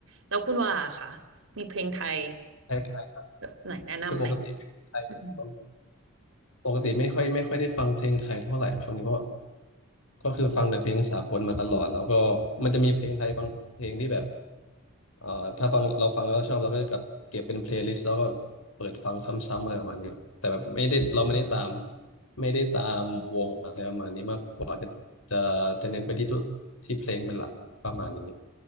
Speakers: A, on the right (about 65°); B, on the left (about 75°).
A: แล้วคุณว่าค่ะมีเพลงไทย
B: คล้าย
A: แบบไหนแนะนำไหม
B: ๆคือปกติเพลงไทยผม
A: อืม
B: ปกติไม่ค่อยไม่ค่อยได้ฟังเพลงไทยเท่าไหร่ช่วงนี้เพราะก็คือฟังแต่เพลงสากลมาตลอดแล้วก็มันจะมีเพลงไทยบางเพลงที่แบบเอ่อถ้าฟังเราฟังแล้วชอบเราก็จะกลับเก็บเป็นเพลย์ลิสต์แล้วก็เปิดฟังซ้ำๆอะไรประมาณนี้ครับแต่แบบไม่ได้เราไม่ได้ตามไม่ได้ตามวงอะไรประมาณนี้มากกว่าจะจะจะเน้นไปที่ตัวที่เพลงเป็นหลักประมาณนี้